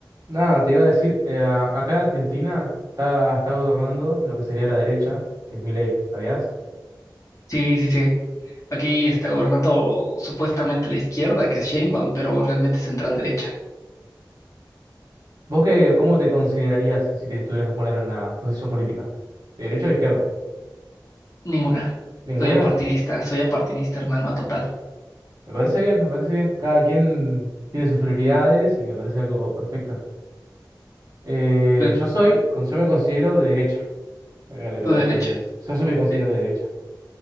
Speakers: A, on the right; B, on the left.
A: Nada, te iba a decir, eh, a- acá en Argentina está, está gobernando lo que sería la derecha, que es mi ley, ¿sabías?
B: Sí, sí, sí. Aquí está gobernando supuestamente la izquierda, que es Sheinbaum, pero realmente central derecha.
A: ¿Vos qué, cómo te considerarías si te tuvieras que poner en una posición política? ¿De derecha o de izquierda?
B: Ninguna.
A: ¿Ninguna?
B: Soy apartidista, soy apartidista, hermano, a total.
A: Me parece bien, me parece bien. Cada quien tiene sus prioridades y me parece algo perfecto. Eh,
B: Tú
A: yo soy, con- yo me considero de derecha, primero que todo,
B: tú derecha.
A: entonces, yo, yo me considero
B: Eh,
A: de derecha.